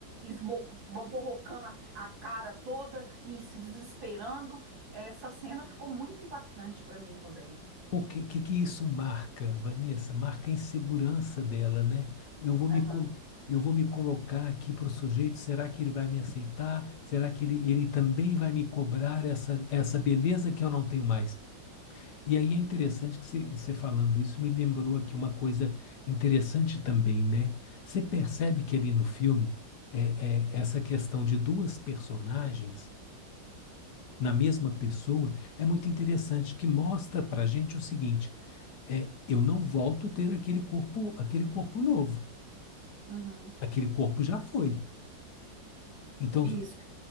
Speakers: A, on the right; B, on the left.
A: borrocando a cara toda e se desesperando. Essa cena ficou muito impactante para mim também.
B: porque que, que que isso marca, Vanessa? Marca a insegurança dela, né? Eu vou me,
A: Uhum.
B: colo- eu vou me colocar aqui para o sujeito, será que ele vai me aceitar? Será que ele, ele também vai me cobrar essa, essa beleza que eu não tenho mais? E aí é interessante que você você falando isso me lembrou aqui uma coisa interessante também, né? Você percebe que ali no filme, é, é, essa questão de duas personagens na mesma pessoa é muito interessante, que mostra para gente o seguinte é, eu não volto a ter aquele corpo, aquele corpo novo.
A: Uhum.
B: Aquele corpo já foi. Então,
A: Isso.